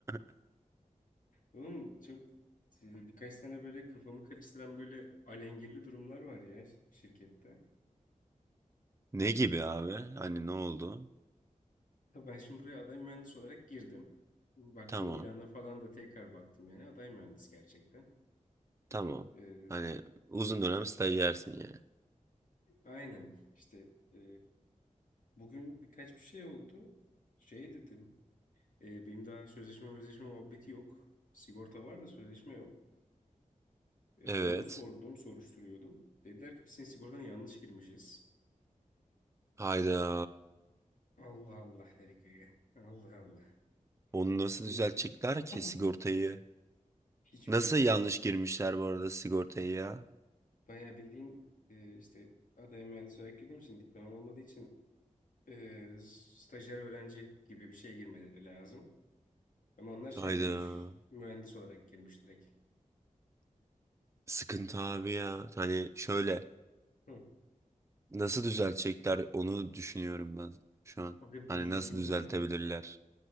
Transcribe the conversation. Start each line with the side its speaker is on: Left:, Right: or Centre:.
Right: <laughs>
Left: Oğlum çok e, birkaç tane böyle kafamı karıştıran böyle alengirli durumlar var ya şirkette.
Right: Ne gibi abi? Hani ne oldu?
Left: Ya Ben şimdi buraya aday mühendis olarak girdim. Baktım
Right: Tamam.
Left: ilana falan da tekrar baktım yani aday mühendis gerçekten.
Right: Tamam.
Left: Ee,
Right: Hani uzun dönem stajyersin yani.
Left: aynen işte e, bugün birkaç bir şey oldu. Şey dedim e, benim daha sözleşme sözleşme muhabbeti yok. Sigorta var da sözleşme yok. E,
Right: Evet.
Left: onu sordum soruşturuyordum. Dediler ki biz senin sigortana yanlış girmişiz.
Right: Hayda.
Left: Allah Allah dedik öyle. Allah Allah.
Right: Onu nasıl
Left: Bu-
Right: düzeltecekler ki
Left: <clears throat>
Right: sigortayı?
Left: Hiç
Right: Nasıl
Left: bilmiyorum
Right: yanlış
Left: abi.
Right: girmişler bu arada sigortayı ya?
Left: Bayağı bildiğin e, işte aday mühendis olarak girdiğim için diplomam olmadığı için e, stajyer öğrenci gibi bir şey girmeleri lazım. Ama onlar şey
Right: Hayda.
Left: girmiş. Mühendis olarak girmiş direkt.
Right: Sıkıntı abi ya. Hani şöyle.
Left: Hı.
Right: Nasıl düzeltecekler onu düşünüyorum ben şu an.
Left: Bakın
Right: Hani
Left: bilgim
Right: nasıl düzeltebilirler?
Left: yok.